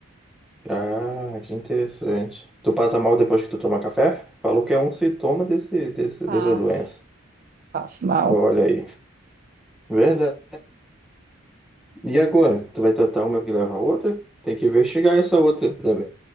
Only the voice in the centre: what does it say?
Ah, que interessante. Tu passa mal depois que tu toma café? Falou que é um sintoma desse, desse,
dessa doença.
Olha aí. Verdade. E agora? Tu vai tratar uma que leva a outra? Tem que investigar essa outra também.